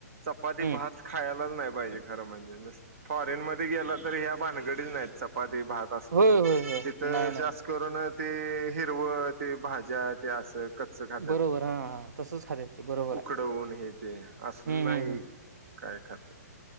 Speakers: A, on the right (about 50°); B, on the right (about 85°).
A: चपाती
B: हम्म
A: भात खायलाच नाय पाहिजे. खर म्हणजे फॉरेन मध्ये गेला तर ह्या भानगडीच नाहीत चपाती भात असलं
B: होय होय होय
A: तिथं
B: नाही नाही
A: जास
B: नाही
A: करूनच ते हिरवं ते भाज्या ते असं कच्च खातात
B: बरोबर हा हा तसंच खात ते बरोबर
A: उकडवून
B: आहे
A: हे ते असलं
B: हम्म
A: नाही
B: हम्म हम्म
A: काय खाते